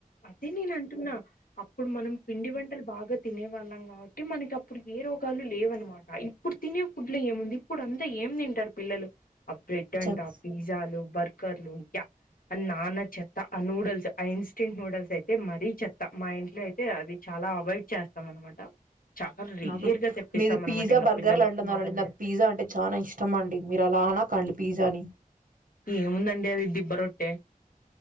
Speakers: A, on the left; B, on the right.
A: అదే నేనంటున్నా అప్పుడు మనం పిండి వంటలు బాగా తినే వాళ్ళం కాబట్టి మనకి అప్పుడు ఏ రోగ్ ఏ రోగాలు లేవన్నమాట ఇప్పుడు తినే ఫుడ్లో ఏముంది ఇప్పుడు అంతా ఏం తింటారు పిల్లలు ఆ బ్రెడ్ అంట
B: జంక్
A: ఆ పిజ్జాలు బర్గ్ బర్గర్లు యాక్ ఆ నానా చెత్త ఆ నూడుల్స్ ఇన్స్ ఇన్స్టంట్ నూడిల్స్ అయితే మరీ చెత్తా మా ఇంట్లో అయితే అది చాలా అవాయిడ్ చేస్తాం అనమాట చాలా రేర్
B: నాకు
A: గా తెప్పిస్తాం
B: మీది పిజ్జా
A: అనమాట ఇంకా
B: బర్గర్లు
A: పిల్లలు
B: అంటున్నారండి
A: మారం
B: నాకు
A: చేస్తే
B: పిజ్జా అంటే చానా ఇష్టం అండి మీరు అలా అనకండి పిజ్జాని
A: ఏముందండి అది దిబ్బ రొట్టె